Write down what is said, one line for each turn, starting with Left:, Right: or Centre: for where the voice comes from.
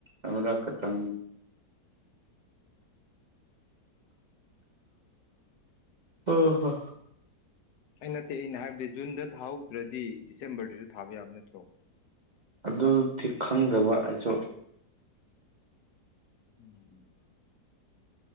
Right: ꯑꯃꯨꯔꯛ ꯇ ꯑ ꯍ
Left: ꯑꯩ ꯅꯠꯇꯦ ꯑꯩꯅ ꯍꯥꯏꯕꯗꯤ ꯖꯨꯟꯗ ꯊꯥꯍꯧꯗ꯭ꯔꯗꯤ ꯗꯤꯁꯦꯝꯕꯔꯗꯁꯨ ꯊꯥꯕ ꯌꯥꯝꯕ ꯅꯠꯇ꯭ꯔꯣ
Right: ꯑꯗꯨꯗꯤ ꯈꯪꯗꯕ ꯑꯩꯁꯨ
Left: ꯎꯝ